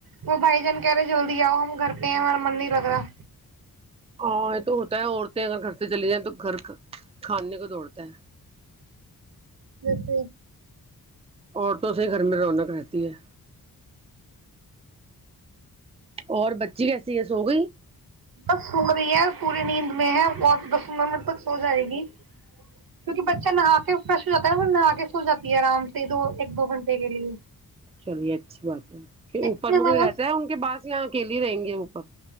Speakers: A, on the right; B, on the right.
A: وہ بھائی جان کہہ رہے جلدی آؤ ہم گھر پہ ہیں ہمارا من نہیں لگ رہا
B: ہاں یہ تو ہوتا ہے عورتیں اگر گھر سے چلی جائیں تو گھر کھانے کو دوڑتا ہے
A: ہ ج
B: عورتوں سے ہی گھر میں رونق رہتی ہے اور بچی وسی ہے سو گئی
A: بس سمر ہی ہے پوری نیند میں ہے اور بس سمر میںن ب سو جائے گی کیونکہ بچہ نہا کے فریش ہو جاتا ہےا ب نہا کے سو جاتی ہے آرام سے دو ایک دو گھنٹے کے لیے
B: چلیے اچھی بات ہے کہ اوپر
A: اتنے
B: میں
A: ہمارا
B: کوئی رہتا ہے ان کے پاس یہاں اکیلیے رہیں گے یہ اوپر